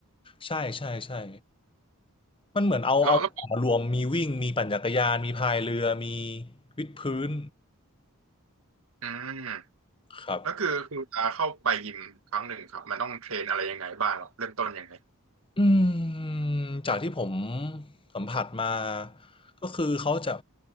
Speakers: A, on the left (about 25°); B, on the right (about 70°).
A: ใช่ใช่ใช่มันเหมือนเอาเอามารวมมีวิ่งมีปั่นจักรยานมีพายเรือมี
B: แล้วแล้ว
A: วิดพื้น
B: อืม
A: ครับ
B: แล้วคือคือเวลาเข้าไปยิมครั้งหนึ่งครับมันต้องเทรนอะไรยังไงบ้างหรอเริ่มต้นยังไง
A: อืมจากที่ผมสัมผัสมาก็คือเขาจะ